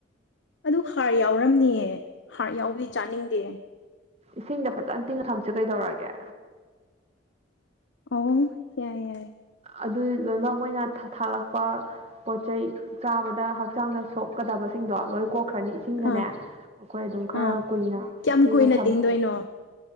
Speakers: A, on the left (about 75°); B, on the right (about 35°).
A: ꯑꯗꯨ ꯍꯥꯔ ꯌꯥꯎꯔꯝꯅꯤꯌꯦ ꯍꯥꯔ ꯌꯥꯎꯕꯗꯤ ꯆꯥꯅꯤꯡꯗꯦ
B: ꯏꯁꯤꯡꯗ ꯐꯖꯅ ꯇꯤꯡ ꯊꯝꯁꯦ ꯀꯩꯗꯧꯔꯒꯦ
A: ꯑꯣ ꯑꯦꯏ ꯌꯥꯏ
B: ꯑꯗꯨ ꯂꯣꯏꯅꯃꯛ ꯃꯣꯏꯅ ꯊꯥꯂꯛꯄ ꯄꯣꯠ ꯆꯩꯩ ꯆꯥꯕꯗ ꯍꯛꯆꯥꯡꯗ ꯁꯣꯛꯀꯗꯕꯁꯦ ꯁꯤꯡꯗꯣꯂꯣꯏ ꯀꯣꯛꯈ꯭ꯔꯅꯤ ꯏꯁꯤꯡꯗꯅꯦ
A: ꯑꯥ
B: ꯑꯩꯈꯣꯏ ꯑꯗꯨꯝ ꯈꯔ
A: ꯑꯥ
B: ꯀꯨꯏꯅ
A: ꯀꯌꯥꯝ
B: ꯇꯤꯡꯉ
A: ꯀꯨꯏꯅ
B: ꯊꯝꯕꯤꯔꯣ
A: ꯇꯤꯡꯗꯣꯏꯅꯣ